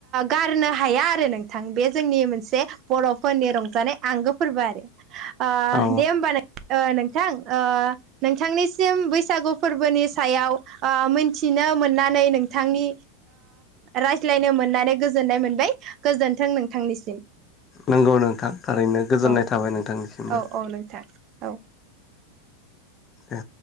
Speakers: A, on the right (about 45°); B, on the left (about 30°).
A: गारनो हाया आरो नोंथां बे जोंनि मोनसे बर'फोरनि रंजानाय आंगो फोरबो आरो। अ
B: औ
A: दे होमबा ओ नोंथां ओ नोंथांनिसिम बैसागु फोरबोनि सायाव ओ मिथि नो मोननानै नोंथांनि राय्लनो मोननानै गोजोननाय मोनबाय गोजोन्थों। नोंथांनिसिम।
B: नांगौ नोंथां थारैनो गोजोननाय
A: औ
B: थाबाय नोंथांनिसिमबो।
A: औ औ नोंथां औ।
B: ए।